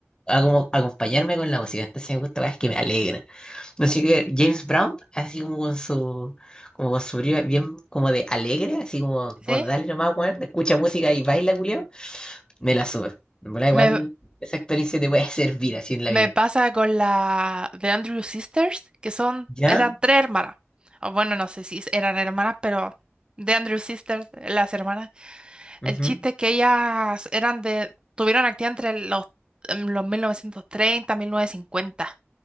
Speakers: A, on the left; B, on the right.
A: a- como acompañarme con la música, entonces me gusta cosas que me alegran. Así que James Brown, así como con su, como con su brío bien como de alegre, así como
B: ¿Sí?
A: vos dale nomás, weón, escucha música y baila, culiao, me la sube. Me da igual,
B: Me,
A: esa experiencia te puede <laughs> servir así en la
B: me
A: vida.
B: pasa con la de Andrew Sisters, que son,
A: ¿Ya?
B: eran tres hermanas. O bueno, no sé si eran hermanas, pero de Andrew Sisters, las hermanas.
A: Ujú.
B: El chiste es que ellas eran de, tuvieron actividad entre los, em, los 1930, mil novecientos cincuenta,